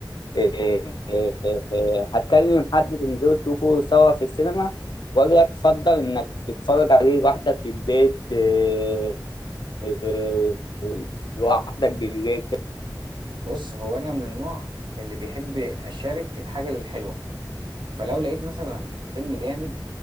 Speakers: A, on the left; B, on the right.
A: آه، آه، آه، هتكلم حد تنزلوا تشوفوا سوا في السينما ولا تفضل انك تتفرج عليه لوحدك في البيت آه، آه، لوحدك بالليل
B: بص هو انا من النوع اللي بيحب اشارك الحاجه الحلوه فلو لقيت مثلا فيلم جامد